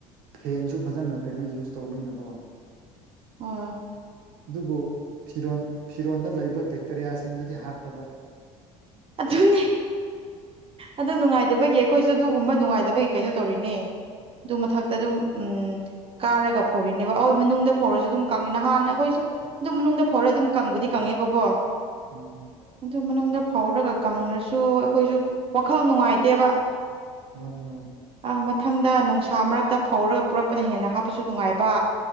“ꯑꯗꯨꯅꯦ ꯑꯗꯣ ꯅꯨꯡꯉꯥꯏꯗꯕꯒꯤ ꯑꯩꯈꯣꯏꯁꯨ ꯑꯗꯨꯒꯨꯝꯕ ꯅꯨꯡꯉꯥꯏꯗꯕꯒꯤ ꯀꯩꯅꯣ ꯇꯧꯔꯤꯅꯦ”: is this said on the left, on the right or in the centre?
Right